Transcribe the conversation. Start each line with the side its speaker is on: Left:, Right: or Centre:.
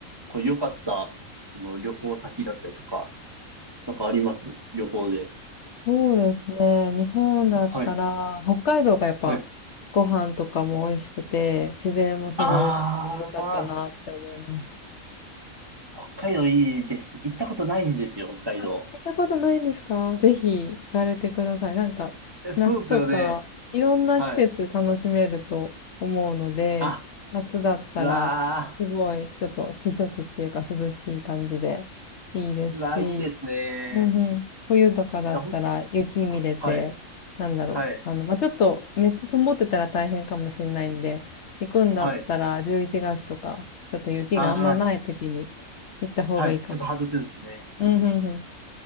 Right: こう、良かった、その旅行先だったりとか、なんかあります旅行で。
Left: そうですね。日本だったら、
Right: はい、
Left: 北海道がやっぱご飯とかも美味しくて、
Right: はい。
Left: 自然もすごい豊かで良かったなって思います。
Right: あー、北海道いいです。行ったことないんですよ、北海道。
Left: あ、行ったことないんですかぜひ行かれてください。なんか、
Right: えそうですよね。
Left: 夏とか、いろんな季節楽しめると思うので、
Right: はい。あ、
Left: 夏だったら、
Right: うわ
Left: すごい、ちょっと避暑地っていうか涼しい感じでいいですし、
Right: ー、うわー、いいですね。
Left: うんうん。冬とかだったら雪見れて、
Right: いやほんはい、
Left: なんだろう。
Right: はい、
Left: あの、まあ、ちょっとめっちゃ積もってたら大変かもしれないんで、行くんだったら11月とか、
Right: はい。
Left: ちょっと雪があんまない時に行った方がいいかも。
Right: あー、はい、ちょっと外すんですね。
Left: うんうんうん。